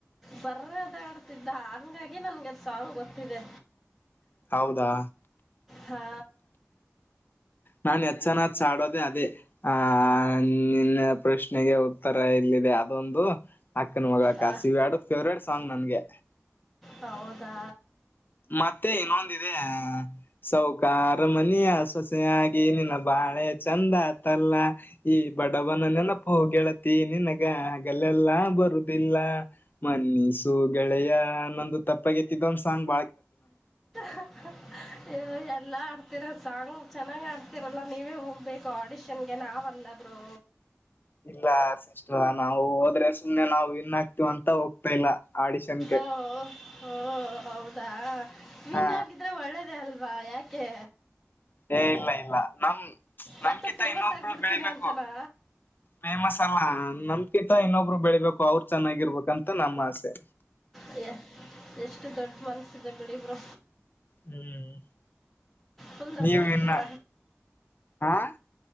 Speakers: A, in the centre; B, on the left.
A: ಬರ್ರ ಅದ ಆಡ್ತಿದ್ದ ಹಂಗಾಗಿ ನನ್ಗೆ ಸಾಂಗ ಗೊತ್ತಿದೆ
B: ಹೌದಾ
A: ಹಾ
B: ನಾನ್ ಹೆಚ್ಚನ್ಡೋದೆೇ ಅದೇ ಆ ನಿನ್ನ ಪ್ರಶ್ನೆಗೆ ಉತ್ತರ ಇಲ್ಲ ಇದೆ ಅದೊಂದು ಅಕ್ಕನ ಮಗಳಕ್ಕ
A: ಆ,
B: ಸಿವ್ಯಾಡು ಫೇವ್ರೇಟ್ ಸಾಂಗ್ ನನ್ಗೆ
A: ಹೌದಾ
B: ಮತ್ತೆ ಇನ್ನೊಂದಿದೆ ಸೌಖ ಅರಮನ ಸವಸನೆಯಾಗಿ ಏನೇನ ಬಾಳೆ ಚಂದ ಆತಲ್ಲ ಈ ಬಡವನನೇನಪ್ಪ ಹೋಗ ಹೇಳತಿ ನಿನ್ಗ ಹಾಗಲ್ಲೆಲ್ಲಾ ಬ ಲ್ಲ ಮನಸು ಗೆಳೆಯ ನೊಂದು ತಪ್ಪಾಗ ಎತ್ತಿದ್ದಂದ ಸ್ ಬ
A: ಹ ಎಲ್ಲಾ ಅ ರ ಸಾಂಗ್ ಚೆನ್ನಾಗ್ ಆಡ್ತಿರಲ್ಲ ನೀವೇ ಹೋಗ್ಬೇಕು ಆಡಿಷನ್ ಗೆ ನಾವಲ್ಲಬ್ರು
B: ಇಲ್ಲ ಸಿಸ ನಾವು ಹೋದ್ರೆ ಸುಮ್ನೆ ನಾವು ಇನ್ಕ್ತಿವ ಅಂತ ಹೋಗ್ತಾ ಇಲ್ಲ ಆಡಿಷನ್ಗೆ
A: ಓ ಓ ಹೌದಾ
B: ಹಾ
A: ಇನ್ಗಿದ್ರೆ ಒಳ್ಳೇದ ಅಲ್ವಾ ಯಾಕೆ
B: ಏ ಇಲ್ಲ ಇಲ್ಲ ನಮ
A: ಮತ್ತೆ
B: ನಮ್ಕಿತ್ತ
A: ಫೇಮಸ್
B: ಇನ್ನೊಬ್ರು
A: ಆಗಿಬಿಡ್ತೀನಿ
B: ಬೆಳಿಬೇಕು
A: ಅಂತನಾ
B: ಫೇಮಸ್ ಅಲ್ಲಾ ನಮ್ಕಿತ ಇನ್ನೊಬ್ರು ಬೆಳಬೇಕು ಅವ್ರು ಚೆನ್ನಾಗಿರ್ಬೇಕಂತ ನಮ್ಮ ಆಸೆ
A: ಅಯ್ಯ ಎಷ್ಟು ದೊಡ್ಡ ಮನಸಿದೆ ಬಿಡಿಿಬ್ರು
B: ಹ್ಮ್
A: ತಂದಡರ
B: ನೀವ್
A: ಇಗರ
B: ಇನ್ನ ಹಾ